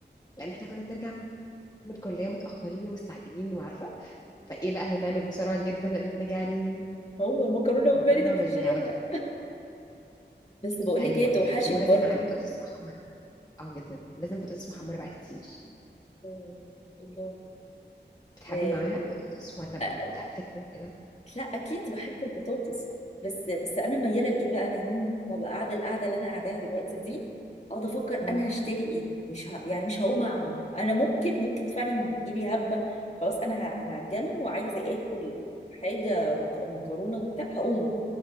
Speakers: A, on the left (about 20°); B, on the left (about 35°).
A: لان احنا كنا بنرجع من الكليه متاخرين ومستعجلين وعارفه فايه بقى هيتعمل بسرعه جدا لان احنا جعانين
B: هو المكرونه
A: مكرونه
B: بالبانيه ده مفيش
A: وبانيه
B: غيرها
A: على طول
B: بس بقول لك
A: ايوه
B: ايه بتوحشك
A: ولازم
B: برضو
A: معاه بطاطس محمره اه جدا لازم بطاطس محمره بقى كتير
B: آه، الله
A: بتحبي
B: آه
A: معاها بطاطس ولا بتحبي
B: آه،
A: تاكليها كده
B: لا اكيد بحب البطاطس بس بس انا مياله لايه بقى انا يوم ما بقى قاعده القعده اللي انا قاعداها دلوقتي دي اقعد افكر
A: مم.
B: انا هشتري ايه مش ه... يعني مش هقوم اعمل انا ممكن ممكن فعلا يجي لي هبه خلاص انا ه- هتجنن وعايزه اكل حاجه مك... مكرونه وبتاع هقوم